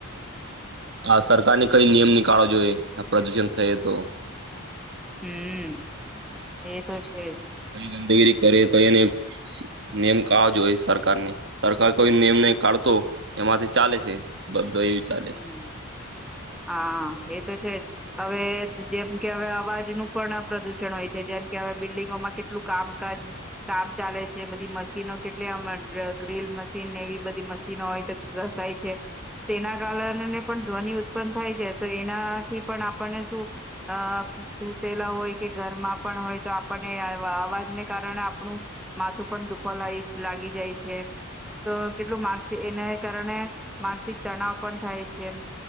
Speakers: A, on the right; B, in the centre.
A: હ સરકારને કઈ નિયમ નીિકળો જોઈએ પ્રદુષણ થઈ તો
B: હમ એ તો છે જ
A: કઈ ગંદગીરી કરે તો એને નેમ કવાજ હોય સરકારની સરકાર કોઈ નેમ ન કાઢતો એમાંથી ચાલે છેધ તો એવું ચાલે
B: હમ હા એ તો છે હવે જેમ કે હવે અવાજનું પણ પ્રદુષણ હોય છે જેમ કે હવે બિલ્ડીંગોમાં કેટલું કામકાજ કામ ચાલે છે બધી મશીનો કેટલીમ ગ્રીલ મશીન એવી બધી મશીનો હોય તો ઘસાય છે તેના કારણને પણ ધ્વનિ ઉત્પન થાય છે તો એનાથી પણ આપણને શું અ સુૂતેલા હોય કે ઘરમાં પણ હોય તો આપણને અવાજને કારણે આપણું માથું પણ દુખો લ લાગી જાય છે તો કેટલું માગ છે એને કારણે માનસિક તણાવ પણ થાય છે એમ